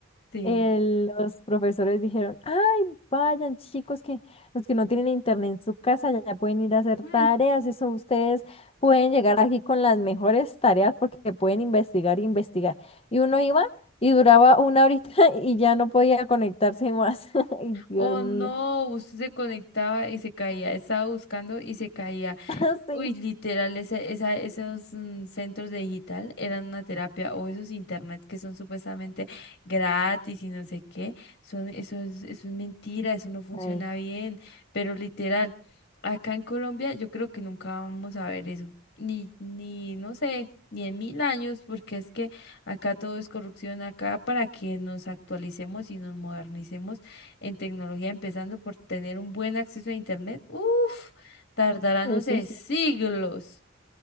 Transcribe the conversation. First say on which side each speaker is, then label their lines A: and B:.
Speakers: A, on the left; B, on the left.
A: Sí.
B: eh, los profesores dijeron, ay, vayan chicos, que los que no tienen internet en su casa ya pueden ir a hacer
A: Mm,
B: tareas, eso ustedes pueden llegar aquí con las mejores tareas porque pueden investigar e investigar. Y uno iba y duraba una horita <laughs> y ya no podía conectarse más. <laughs> Ay, Dios
A: O
B: mío.
A: no, usted se conectaba y se caía, estaba buscando y se caía.
B: <laughs> Sí.
A: Uy, literal, ese- esa- esos mm, centros de digital eran una terapia o esos internet que son supuestamente gratis y no sé qué, son, eso es, eso es mentira, eso no funciona
B: Ay,
A: bien, pero literal, acá en Colombia yo creo que nunca vamos a ver eso, ni, ni, no sé, ni en mil años, porque es que acá todo es corrupción, acá para que nos actualicemos y nos modernicemos en tecnología, empezando por tener un buen acceso a internet, uff. Tardará,
B: Eso
A: no sé,
B: sí,
A: siglos.